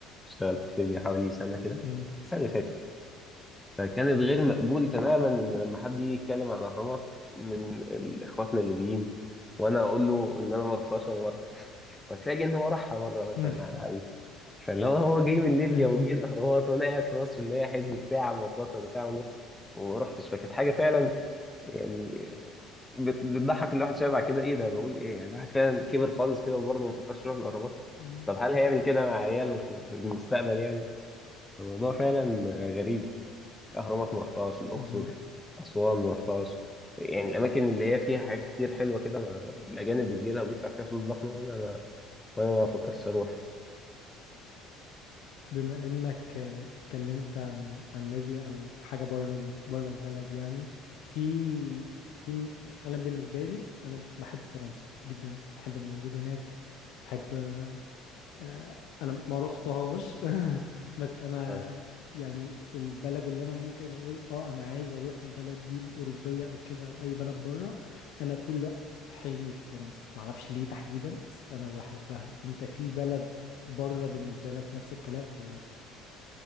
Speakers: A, in the centre; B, on the left.
A: اشتغلت في ليبيا حوالي سنة كده
B: مم.
A: السنة اللي فاتت فكانت غير مقبول تماما إن لما حد يجي يتكلم عن الأهرامات من ال- إخواتنا الليبيين وأنا أقول له إن أنا ما رحتهاش ولا مرة وتلاقي إن هو راحها مرة مثلا
B: مم.
A: على الأقل
B: <laughs>
A: فاللي هو هو جاي من ليبيا
B: ايوه
A: وجه
B: أيوة.
A: الأهرامات وأنا قاعد في مصر اللي هي حسبة ساعة مواصلات ولا ساعة ونص وما رحتش فكانت حاجة فعلا يعني بت- بتضحك الواحد شويه بعد كده ايه ده بقول ايه يعني الواحد فعلا كبر خالص كده وبرضه ما فكرش يروح الاهرامات
B: مم.
A: طب هل هيعمل كده مع عياله في في المستقبل يعني الموضوع فعلا غريب الاهرامات ما رحتهاش الاقصر
B: بما
A: اسوان ما رحتهاش يعني الاماكن اللي هي فيها حاجات كتير حلوه كده ما- الاجانب بتجي لها وبيدفع فيها فلوس ضخمه وانا وانا ما فكرتش اروح
B: بما انك آه، اتكلمت عن عن ليبيا او حاجه بره ال... بره البلد يعني في في م- انا بالنسبه لي انا بحب فرنسا جدا بحب الموجود هناك بحب آه، انا ما روحتهاش <laughs> بس انا
A: آه.
B: يعني البلد اللي انا ممكن اقول اه انا عايز اروح البلد دي الاوروبيه او كده او اي بلد بره انا طول الوقت حلمي في فرنسا ما اعرفش ليه تحديدا بس انا بحبها انت في بلد بره بالنسبه لك نفس الكلام ولا